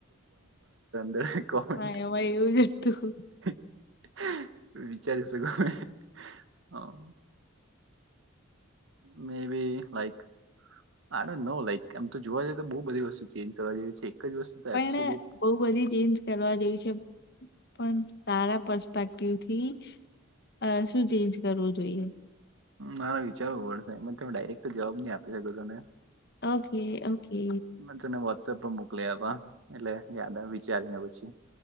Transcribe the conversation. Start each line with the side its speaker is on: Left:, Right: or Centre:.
Right: <unintelligible> દરેક કોમેન્ટ.
Left: હા એમાં એવું જ હતું
Right: <inaudible> વિચારી શકુંની હા. May be like. આડ ન લાઈક આમ તો જોવા જઈએ તો બઉ બધી વસ્તુ ચેન્જ કરવા જેવી છે. એક જ વસ્તુ તો
Left: પણ
Right: એબ્સોલ્યુટ
Left: ને બહ બધી ચેન્જ કરવા જેવી છે પણ તારા પરસ્પેક્ટિવ થી. અ શું ચેન્જ કરવું જોઈએ?
Right: મારા વિચારો વસા એમાં તમે ડાયરેક્ટ તો જવાબ નહી આપી શકું તમને.
Left: Okay okay.
Right: ના તને વોટ્સઅપ પર મોકલી આપા એટલે યાદ આવે વિચારી ને પછી.